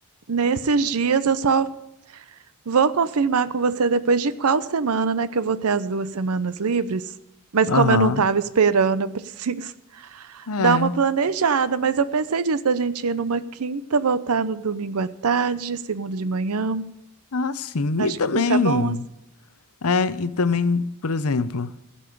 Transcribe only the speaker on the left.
Aham.
É.
Ah, sim.
E também,
é, e também, por exemplo,